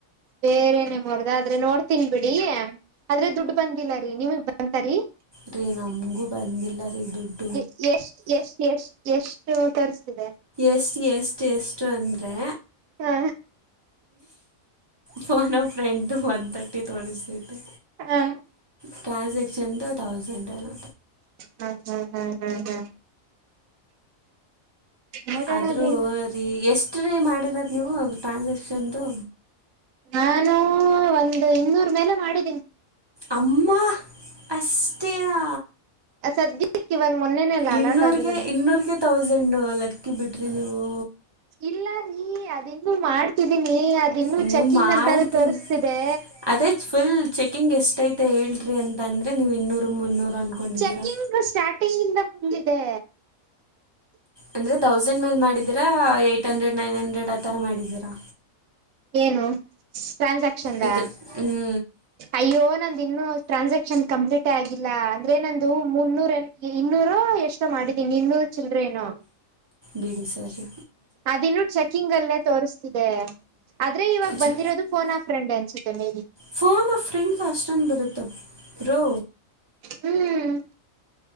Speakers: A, on the right; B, on the right.
A: ಬೇರೆನೆೇ ನೇಮೊರ್ದ ಆದ್ರೆ ನೋಡ್ತೀನ್ ಬಿಡಿ ಆದ್ರೆ ದುಡ್ ಬಂದಿಲ್ಲ ನಿಮಿಗ್ ಬಂತಾರೀ
B: ರೀ ನಮಗೂ ಬಂದಿಲ್ಲ ರೀ ದುಡ್
A: ಎ ಎಷ್ಟ್ ಎಷ್ಟ್ ಎಷ್ಟ್ ಎಷ್ಟು ತೋರುಸ್ತಿದೆ
B: ಎಷ್ಟ್ ಎಷ್ಟ್ ಎಷ್ಟು ಅಂದ್ರೆ
A: ಹಾ
B: ಫೋನ ಫ್ರೆಂಡ್ ದು ಒನ್ ತರ್ಟಿ ತೋರಿಸ್ತೈತೆ
A: ಹಾ
B: ಟ್ರಾನ್ಸಾಕ್ಷನ್ದು ಥೌಸಂಡ್ ಏನೊ
A: ಹ ಹ್ಮ ಹ್ಮ ಹಾ ಹ್ಮ ಹ್ಮ್ ನೋಡೋಣ
B: ಆದ್ರು
A: ಬಿಡಿ
B: ರೀ ಎಷ್ಟು ರೀ ಮಾಡಿರೋದು ನೀವು ಟ್ರಾನ್ಸಾಕ್ಷನ್ದು
A: ನಾನು ಒಂದು ಇನ್ನೂರ್ ಮೇಲೆ ಮಾಡಿದ್ದೀನಿ
B: ಅಮ್ಮ ಅಷ್ಟೇ ಯಾ
A: ಸದ್ಯಕ್ಕಿವಾಗ ಮೊನ್ನೆನೆೆಲ್ಲ
B: ಇನ್ನೂರಿಗೆ
A: ಅಲರ್ಟ್ ಆಗಿರೋದು
B: ಇನ್ನೂರಿಗೆ ತೌಸಂಡು ಲಕ್ಕಿ ಬಿಡ್ರಿ ನೀವು
A: ಇಲ್ಲ ರೀ ಅದಿನ್ನು ಮಾಡ್ತಿದೀನಿ ಅದಿನ್ನು
B: ನೀವು
A: ಚೆಕಿಂಗ್
B: ಮಾಡ್ತೀರಿ
A: ಅಂತಾನೂ ತೋರಿಸ್ತಿದೆ
B: ಅದೇ ಫುಲ್ ಚೆಕಿಂಗ್ ಎಷ್ಟೈತೆ ಹೇಳ್ರಿ ಅಂತಂದ್ರೆ ನೀವು ಇನ್ನೂರು ಮುನ್ನೂರು ಅಂದ್ಕೊಂಡಿದ್ದೀರಾ
A: ಚೆಕಿಂಗ್ ಸ್ಟಾರ್ಟಿಂಗ್ ಇಂದ ಫುಲ್ ಇದೆ
B: ಅಂದ್ರೆ ತೌಸಂಡ್ ಮೇಲೆ ಮಾಡಿದ್ದೀರಾ ಎಯ್ಟ್ ಹಂಡ್ರೆಡ್ ನೈನ್ ಹಂಡ್ರೆಡ್ ಆ ಥರ ಮಾಡಿದ್ದೀರಾ
A: ಏನು ಟ್ರಾನ್ಸಾಕ್ಷನ್ದಾ
B: ಇದು ಹ್ಞೂ
A: ಅಯ್ಯೋ ನಂದು ಇನ್ನುೂ ಟ್ರಾನ್ಸಾಕ್ಷನ್ ಕಂಪ್ಲೀಟೇ ಆಗಿಲ್ಲ ಅಂದ್ರೆ ನಂದು ಮುನ್ನೂರ <unintelligible> ಇನ್ನೂರು ಎಷ್ <unintelligible> ಮಾಡಿದೀನಿ ಇನ್ನೂರು ಚಿಲ್ರೇನು
B: ಬಿಡಿ ಸರಿ
A: ಅದ ಇನ್ನೂ ಚಕ್ಕಿಂಗ್ ಅಲ್ಲೇ ತೋರಿಸ್ತಿದೆ ಆದ್ರೆ ಇವಾಗ
B: ಚೆ
A: ಬಂದಿರೋದು ಫೋನ ಅ ಫ್ರೆಂಡ ಹಚ್ಚತೀನಿ
B: ಫೋನ್ ಅ ಫ್ರೆಂಡ್ ಅಷ್ಟೊಂದು ಬರುತ್ತ ಬ್ರೋ
A: ಹ್ಮ್